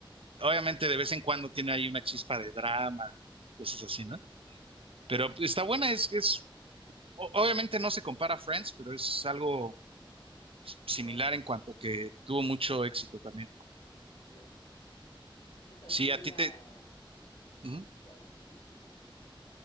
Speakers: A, on the left; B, on the right.
A: Ajá.
B: Obviamente de vez en cuando tiene ahí una chispa de drama, cosas así,
A: Sí,
B: ¿no? Pero está buena, es, es, o- obviamente no se compara a Friends, pero es algo similar
A: va,
B: en cuanto que tuvo mucho éxito también.
A: entiendo. Después también
B: Si
A: vi
B: a ti
A: la...
B: te... Ujú.
A: ¿Cuál? Sí, sí, decime.